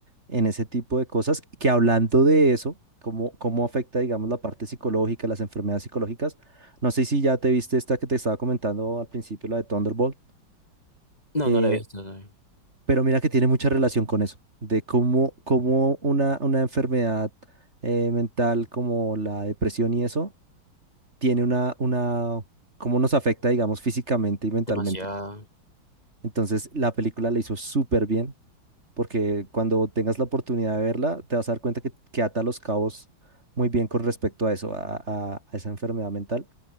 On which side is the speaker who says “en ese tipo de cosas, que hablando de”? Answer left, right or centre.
Right